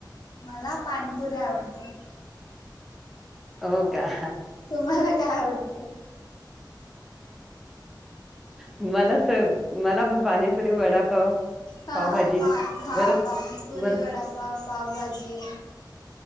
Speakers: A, on the left; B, in the centre.
A: मला पाणीपुरी आवडते.
B: हो कां?
A: तुम्हांला कायं आवडते?
B: मला स मला पणं पाणीपुरी, वडापाव.
A: हा
B: पावभाजी
A: पा हा
B: बरच
A: पाणीपुरी
B: बरं
A: वडापाव, पावभाजी